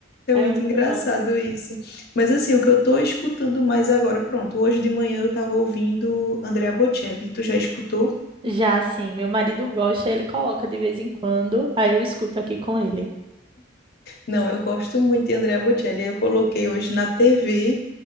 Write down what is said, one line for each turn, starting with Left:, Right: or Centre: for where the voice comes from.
Left: É
Right: é
Left: muito
Right: muito
Left: engraçado
Right: bom.
Left: isso. Mas assim, o que eu tô escutando mais agora, pronto, hoje de manhã eu tava ouvindo Andrea Bocelli. Tu já escutou?
Right: Já assim, meu marido gosta, ele coloca de vez em quando, aí eu escuto aqui com ele.
Left: Não, eu gosto muito de Andrea Bocelli. Aí eu coloquei hoje na TV